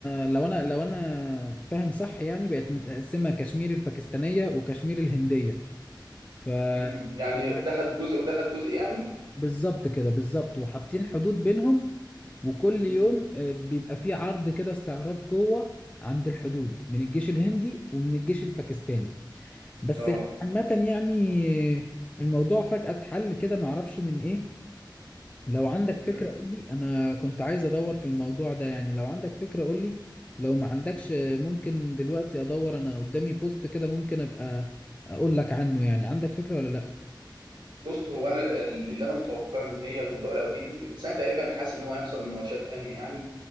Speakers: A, on the left; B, on the right.
A: لو أنا لو أنا فاهم صح يعني بقت متقسمة كشمير الباكستانية وكشمير الهندية ف
B: امم يعني
A: ف-
B: ده خد جزء وده خد جزء يعني
A: بالظبط كده بالظبط وحاطين حدود بينهم وكل
B: مم.
A: يوم آه، بيبقى فيه عرض كده استعراض قوة عند الحدود من الجيش الهندي ومن الجيش الباكستاني بس
B: اه
A: عامة يعني آه، الموضوع فجأة اتحل كده معرفش من إيه لو عندك فكرة
B: امم
A: قول لي أنا كنت عايز أدور في الموضوع ده يعني لو عندك فكرة قول لي لو ما عندكش ممكن دلوقتي أدور أنا قدامي بوست كده ممكن أبقى أقول لك عنه يعني عندك فكرة ولا لأ؟
B: بص هو انا ال- اللي انا متوقع ان هي الموضوع لو هدي بس انا تقريبا حاسس ان هو هيحصل مناوشات تانية يعني